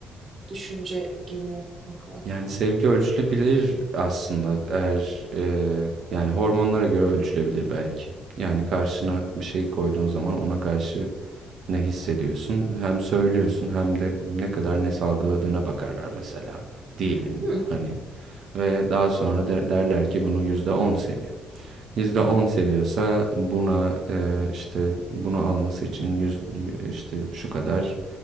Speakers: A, on the right; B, on the right.
A: düşünce geliyor akla.
B: Yani sevgi ölçülebilir aslında eğer e, yani hormonlara göre ölçülebilir belki. Yani karşına bir şey koyduğun zaman ona karşı ne hissediyorsun hem söylüyorsun hem de ne kadar ne salgıladığına bakarlar mesela diyelim
A: Hmm.
B: hani ve daha sonra der- derler ki bunu yüzde on seviyor. %10 seviyorsa buna e, işte bunu alması için yüz, işte şu kadar